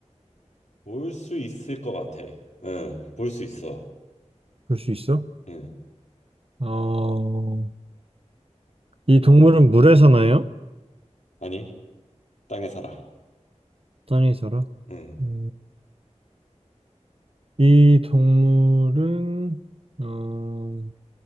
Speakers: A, on the left; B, on the right.
A: 볼 수 있을 것 같아. 응, 볼 수 있어.
B: 볼 수 있어?
A: 응,
B: 어, 이 동물은 물에 사나요?
A: 아니 땅에 살아.
B: 땅에 살아?
A: 응,
B: 음, 이 동물은 어,